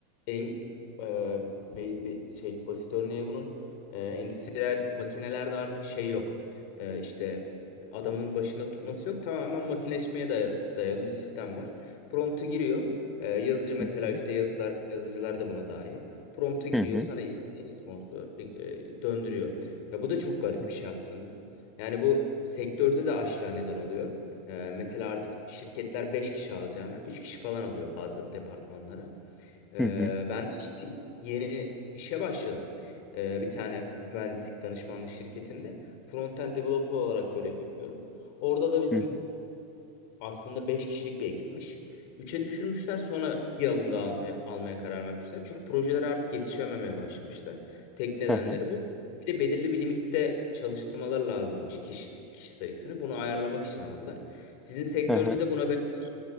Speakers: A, on the left; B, in the centre.
A: en e, be- be- şey basit örneği bunun e, endüstriyel makinelerde artık şey yok. E, işte adamın başında tutması yok. Tamamen makineleşmeye day- dayalı bir sistem var. Promptu giriyor. E, yazıcı mesela
B: Hı hı,
A: işte yazılar, yazıcılar da buna dahil. Prompt'a giriyor
B: hı hı,
A: sana istediğin responsu e, döndürüyor. Ya bu da çok garip
B: hı
A: bir şey aslında. Yani bu sektörde de açlığa neden oluyor. E, mesela artık şirketler 5 kişi alacağına 3 kişi falan alıyor bazı departmanlara. E,
B: hı, hı hı,
A: ben de işte yeni işe başladım. E, bir tane mühendislik danışmanlık şirketinde frontend developer olarak görev yapıyorum. Orada da bizim
B: hı hı,
A: aslında 5 kişilik bir ekipmiş. üç'e düşürmüşler sonra bir alım daha almaya, almaya karar vermişler. Çünkü projeler artık yetişememeye başlamıştı. Tek nedenleri
B: hı hı,
A: bu. Bir de belirli bir limitte çalıştırmalar lazımmış kişi, kişi sayısını. Bunu ayarlamak için aldılar. Sizin sektörde
B: hı hı.
A: de buna benzer